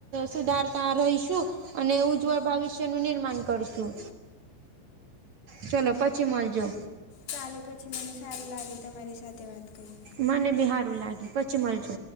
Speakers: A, on the right (about 60°); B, on the left (about 40°).
A: સુધારતા રહીશું. અને ઉજ્જવળ ભવિષ્યનું નિર્માણ કરશું. ચલો પછી મલજો.
B: કાલે પછી મને સારી લાગે તમારી સાથે વાત કરી
A: મને બિ હારું લાગ્યું પછી મલજો.